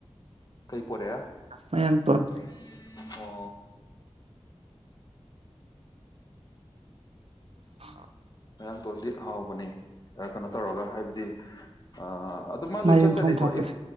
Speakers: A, on the left; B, on the right.
A: ꯀꯩ ꯄꯣꯔꯑꯦ ꯑꯣ
B: ꯃꯌꯥꯡꯇꯣꯟ
A: ꯑꯣꯑꯣ
B: <inaudible>
A: ꯃꯌꯥꯡ ꯇꯣꯟꯗꯤ ꯍꯥꯎꯕꯅꯦ ꯀꯅꯣ ꯇꯧꯔꯒ ꯍꯥꯏꯕꯗꯤ ꯑ ꯑꯗꯨ ꯃꯥꯖꯨ
B: ꯃꯥꯏꯔꯦꯟ
A: ꯏꯆꯟ ꯆꯠꯅꯩꯀꯣ
B: ꯊꯣꯡ ꯊꯥꯛꯄꯁꯦ
A: ꯏꯐ